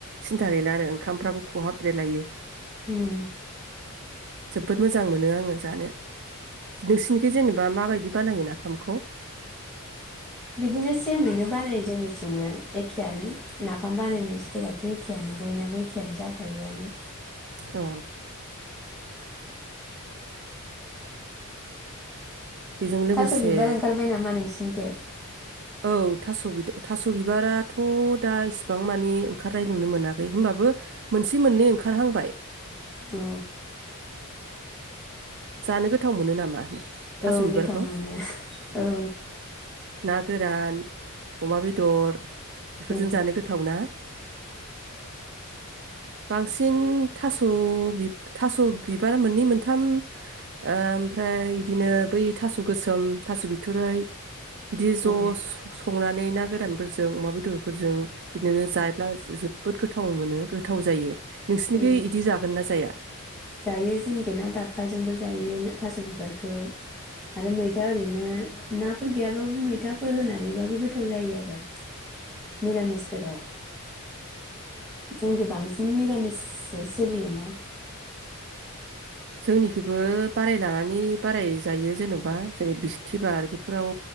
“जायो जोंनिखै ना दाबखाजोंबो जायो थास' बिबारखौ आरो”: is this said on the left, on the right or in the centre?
Centre